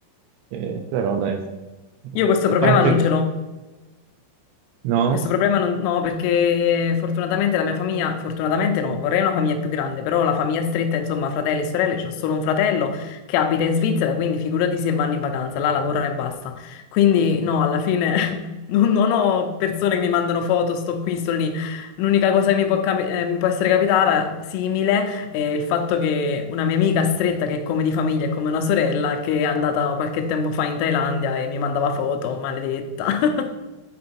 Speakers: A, on the right; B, on the left.
A: Eh, però dai, Eh,
B: Io questo
A: a
B: problema
A: parte...
B: non ce l'ho.
A: No?
B: Questo problema non, no, perché fortunatamente la mia famiglia, fortunatamente no, vorrei una famiglia più grande, però la famiglia stretta, insomma, fratelli e sorelle, c'ho solo un fratello che abita in Svizzera, quindi figurati se vanno in vacanza, là lavorano e basta. Quindi no, alla fine non, non ho persone che mi mandano foto, sto qui, sto lì. L'unica cosa che mi può, capi- eh, mi può essere capitata simile è il fatto che una mia amica stretta, che è come di famiglia, è come una sorella, che è andata qualche tempo fa in Thailandia e mi mandava foto, maledetta. <laughs>